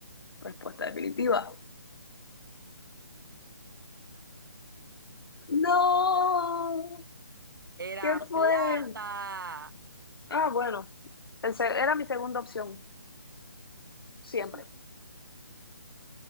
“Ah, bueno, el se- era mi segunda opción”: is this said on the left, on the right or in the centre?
Left